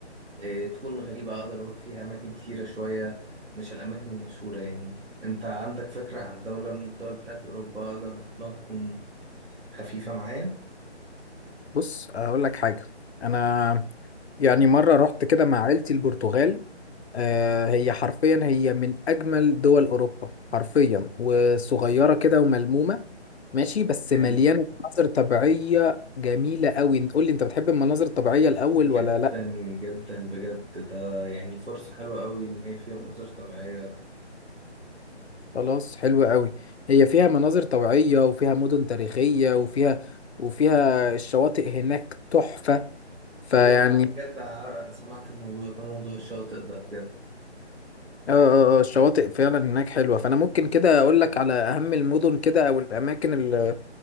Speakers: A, on the right (about 80°); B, on the left (about 65°).
A: آه، تكون غريبة اقدر اروح فيها اماكن كتيرة شوية مش الاماكن المشهورة يعني انت عندك فكرة عن دولة من الدول بتاعت اوروبا اقدر اروح لها تكون خفيفة معايا
B: بص اقول لك حاجه انا يعني مره رحت كده مع عيلتي البرتغال آه هي حرفيا هي من اجمل دول اوروبا حرفيا وصغيره كده وملمومه ماشي بس
A: حلو
B: مليانه مناظر طبيعيه جميله قوي قول لي انت بتحب المناظر الطبيعيه الاول
A: جدا
B: ولا لا
A: جدا بجد ده يعني فرصة حلوة قوي إن هي فيها مناظر طبيعية
B: خلاص حلو قوي هي فيها مناظر طبيعيه وفيها مدن تاريخيه وفيها وفيها الشواطئ هناك تحفه فيعني
A: أيوة أنا بجد عر- سمعت الموضوع ده موضوع الشاطئ ده بجد
B: اه اه آه، الشواطئ فعلا هناك حلوة فأنا ممكن كده أقول لك على أهم المدن كده أو الأماكن اللي,